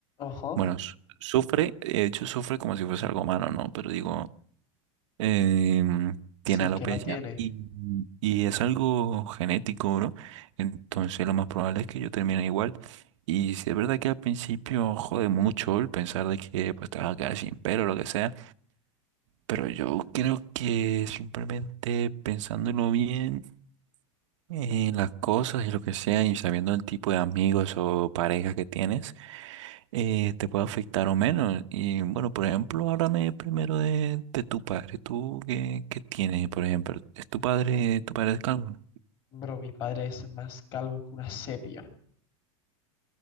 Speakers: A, on the left (about 30°); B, on the right (about 65°).
A: Ojo.
B: Bueno, su- sufre, de hecho, sufre como si fuese algo malo, ¿no? Pero digo... em,
A: Sí
B: tiene alopecia
A: que la tiene.
B: y, y es algo genético, bro. Entonces lo más probable es que yo termine igual. Y si es verdad que al principio jode mucho el pensar de que pues te vas a quedar sin pelo o lo que sea, pero yo creo que simplemente pensándolo bien en las cosas y lo que sea y sabiendo el tipo de amigos o parejas que tienes, eh, te puede afectar o menos. Y bueno, por ejemplo, háblame primero de, de tu padre. ¿Tú qué, qué tienes, por ejemplo? ¿Es tu padre, tu padre es calvo?
A: Bro, mi padre es más calvo que una sepia.